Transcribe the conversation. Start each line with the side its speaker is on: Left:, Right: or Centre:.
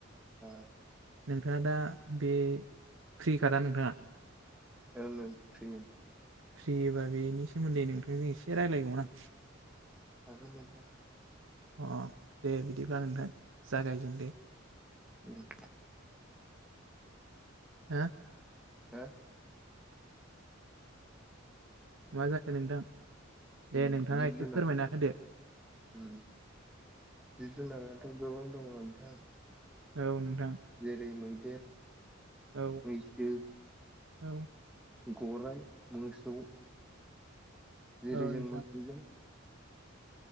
Centre: आ
Right: नोंथाङा दा बे फ्रि कादा नोंथाङा?
Centre: ओं ओं फ्रि ओं
Right: फ्रियोबा बेनि सोमोनदै नोंथांजों एसे रायलायगौमोन आं
Centre: जागोन दे नोंथां हागोन
Right: अ दे बिदिब्ला नोंथां जागायजेनदो
Centre: उम
Right: हा
Centre: हा
Right: मा जाखो नोंथां? दे
Centre: उम
Right: नोंथाङा
Centre: जिब
Right: एसे
Centre: जुनार
Right: फोरमायना होदो
Centre: उम जिब जुनाराथ' गोबां दङ नोंथां
Right: औ नोंथां
Centre: जेरै मैदेर
Right: औ
Centre: मैसो
Right: औ
Centre: गराइ मोसौ जेरै
Right: औ नोंथां
Centre: जों मोसौजों